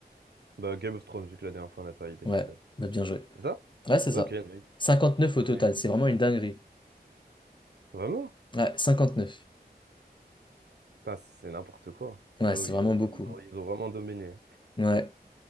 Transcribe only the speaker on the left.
Ouais,
bah bien joué.
Ouais, c'est ça.
59 au total,
c'est vraiment une dinguerie.
Ouais, 59.
Ouais,
c'est
vraiment
beaucoup.
Ouais,